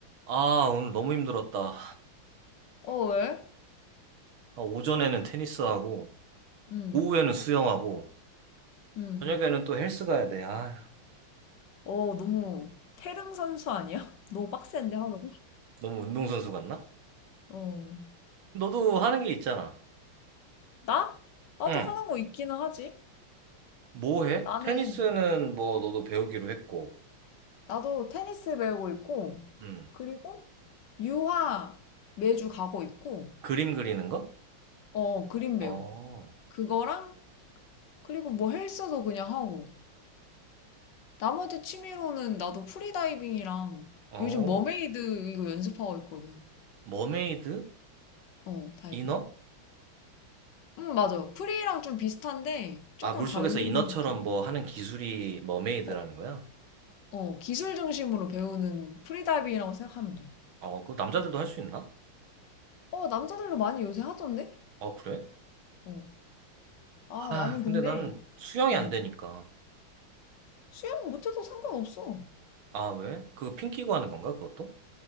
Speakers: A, on the right; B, on the left.
A: 아, 오늘 너무 힘들었다.
B: 어, 왜?
A: 아, 오전에는 테니스하고,
B: 응
A: 오후에는 수영하고,
B: 응
A: 저녁에는 또 헬스 가야 돼. 아,
B: 어, 너무 태릉 선수 아니야? <laughs> 너무 빡센데 하루가?
A: 너무 운동선수 같나?
B: 어.
A: 너도 하는 게 있잖아.
B: 나? 나도
A: 응.
B: 하는 거 있기는 하지.
A: 뭐 해?
B: 나는,
A: 테니스는 뭐 너도 배우기로 했고,
B: 나도 테니스 배우고 있고,
A: 응.
B: 그리고 유화 매주 가고 있고,
A: 그림 그리는 거?
B: 어, 그림
A: 어,
B: 배워. 그거랑, 그리고 뭐 헬스도 그냥 하고. 나머지 취미로는 나도 프리다이빙이랑
A: 어,
B: 요즘 머메이드 이거 연습하고 있거든.
A: 머메이드?
B: 어, 다이빙.
A: 이너?
B: 음, 맞아. 프리랑 좀 비슷한데 조금
A: 아, 물속에서
B: 다른 느낌이.
A: 이너처럼 뭐 하는 기술이 머메이드라는
B: 어,
A: 거야?
B: 어, 기술 중심으로 배우는 프리다이빙이라고 생각하면 돼.
A: 어, 그거 남자들도 할 수 있나?
B: 어, 남자들도 많이 요새 하던데?
A: 어, 그래?
B: 어. 아,
A: 아,
B: 나는 근데
A: 근데 나는 수영이
B: 음,
A: 안 되니까.
B: 수영 못해도 상관없어.
A: 아, 왜? 그거 핀 끼고 하는 건가, 그것도?